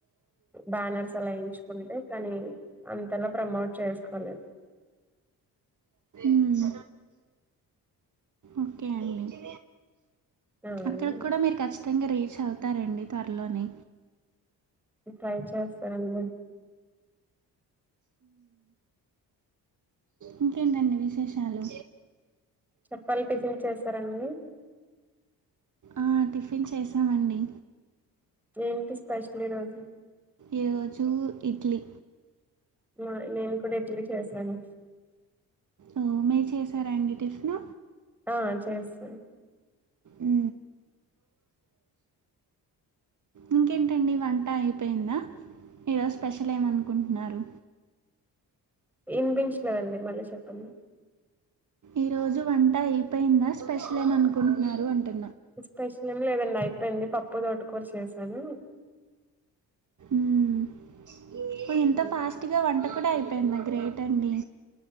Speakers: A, in the centre; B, on the right.
A: బ్యానర్స్ అలా ఎంచుకుంటే కానీ అంతలా ప్రమోట్ చేసుకోలేదు
B: మ్మ్. ఓకే అండి
A: ఆ
B: అక్కడ కూడా మీరు కచ్చితంగా రి చవుతారండి త్వరలోనే
A: ట్రై చేస్తా అండి
B: ఇంకేంటండి విశేషాలు
A: చెప్పాలి టిఫిన్ చేసారండి
B: ఆ టిఫిన్ చేసామండి
A: ఏంటి స్పెషల్ ఈరోజు
B: ఈరోజు ఇడ్లీ
A: మరి నేను కూడా ఇడ్లీ చేసాను
B: ఓ మీరు చేసారండి టిఫిన్
A: ఆ చేస్తాను
B: ఉ ఇంకేంటండి వంట అయిపోయిందా ఈరోజు స్పెషల్ ఏమనుకుంటున్నారు
A: ఇనిపించలేదండి మళ్ళీ చెప్పండి
B: ఈ రోజు వంట అయిపోయిందా స్పెషల్ ఏం అనుకుంటున్నారు అంటు
A: స్పెష ని ఏదన్నాయి పెంది పప్పు, తోట కూర చేసాను
B: మ్మ్ ఓ ఎంత
A: హ్మ్.
B: ఫాస్ట్ గా వంట కూడా అయి పోయిందా గ్రేట్ అండి